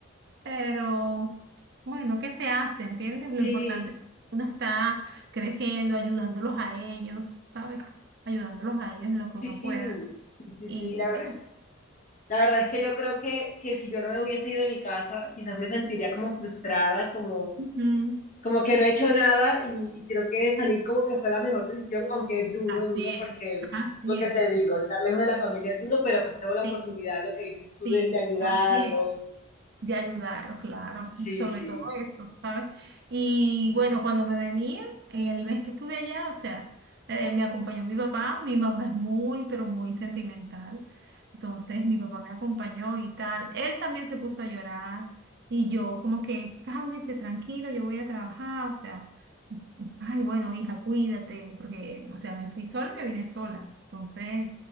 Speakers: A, on the right; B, on the left.
A: pero bueno, ¿qué se hace? ¿Entiendes? Lo
B: Sí,
A: importante es que uno está creciendo, ayudándolos a ellos, ¿sabes? Ayudándolos a ellos en lo que uno
B: sí,
A: pueda.
B: sí, sí,
A: Y
B: sí.
A: bueno,
B: La, ver- la verdad es que yo creo que, que si yo no me hubiese ido de mi casa, quizás me sentiría como frustrada, como,
A: ujú,
B: como que no he hecho nada y, y creo que salir como que fue la mejor decisión, aunque es duro,
A: Así
B: duro,
A: es,
B: porque
A: así
B: lo que
A: es.
B: te digo, estar lejos de la familia es duro, pero pues tengo la oportunidad,
A: Sí,
B: lo que dices tú,
A: sí,
B: de, de ayudarlos.
A: así es. de ayudarlos, claro,
B: Sí,
A: sobre
B: sí.
A: todo eso, ¿sabes? Y bueno, cuando me venía, en el mes que estuve allá, o sea, eh, me acompañó mi papá, mi mamá es muy, pero muy sentimental, entonces mi papá me acompañó y tal, él también se puso a llorar y yo como que, cálmese, tranquilo, yo voy a trabajar, o sea, ay, bueno, hija, cuídate, porque, o sea, me fui sola y me vine sola, entonces,